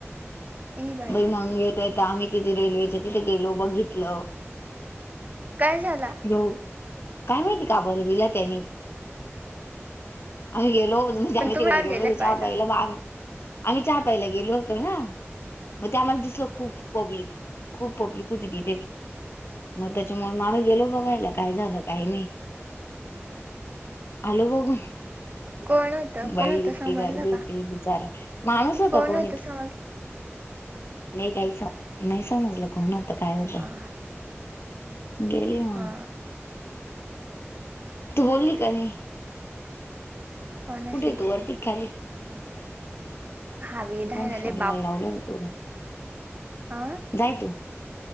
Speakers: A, on the right; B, on the left.
A: ही बाई
B: बई मग येत येत आम्ही तिथे रेल्वेच्या तिथे गेलो, बघितलं,
A: काय झाला?
B: हो,, काय माहिती का बर दिला त्यानी? आम्ही गेलो होत, म्हणजे
A: पण
B: आमी
A: तुम्ही
B: तिकडे
A: बाहेर
B: गेलो
A: गेले
B: चहा
A: पाहायला
B: पाईला बागऽ आम्ही चहापाईला गेलो होतो ना,, मग ते आम्हाला दिसल खूप पब्लिकऽ खूप पप्लिक होती तिथे, मग त्याच्यामुळे मला गेलोऽ बघायला काय झालं काही नाही, आलो बघून.
A: कोण होत कोण
B: बाई
A: होत
B: इतकी
A: समजलं
B: गर्दी होती,,
A: का?
B: बिचारा माणूस होता
A: कोण
B: कोणीऽ
A: होतं समज
B: नाही काही? नाही समजलं कोण होता, काय होत,
A: हा
B: गेली मऽ
A: हा
B: तू बोलली का नै?
A: कोणाशी
B: कुठे ये तू? वरती का खाली.
A: हवे धायणाले
B: पण सोडला लावलंच गलाऽ
A: आ,
B: जाय तू,